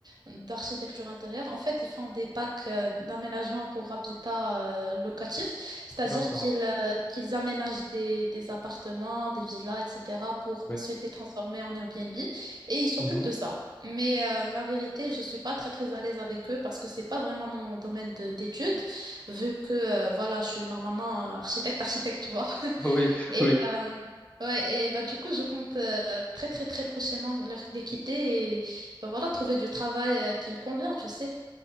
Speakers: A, on the right (about 60°); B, on the left (about 15°).
A: d'architecture intérieure. En fait, ils font des packs euh, d'aménagement pour habitat euh, locatif, c'est-à-dire
B: D'accord.
A: qu'ils euh, qu'ils aménagent des, des appartements, des villas, etc. pour
B: Oui.
A: ensuite les transformer en Airbnb et ils s'occupent
B: Mhm.
A: de ça. Mais euh, la vérité, je suis pas très très à l'aise avec eux parce que c'est pas vraiment mon domaine de- d'études, vu que euh, voilà, je suis normalement euh, architecte, architecte, tu vois. <laughs>
B: <laughs> Oui,
A: Et
B: oui.
A: euh, ouais, et bah du coup, je compte euh, très très très prochainement leur- les quitter et bah, voilà, trouver du travail euh, qui me convient, tu sais.